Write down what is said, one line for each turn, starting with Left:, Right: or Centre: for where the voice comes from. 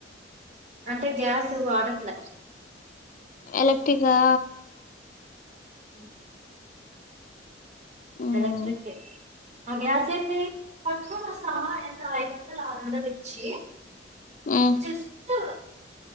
Right: అంటే గ్యాస్ వాడట్ల
Left: ఎలక్ట్రికా
Right: ఉ
Left: మ్మ్
Right: ఎలక్ట్రికె అ గ్యాసేంది పట్టుకొని వస్తామా ఏంది ఐదు వందలు ఆరందలు ఇచ్చి
Left: మ్మ్
Right: చిస్ దు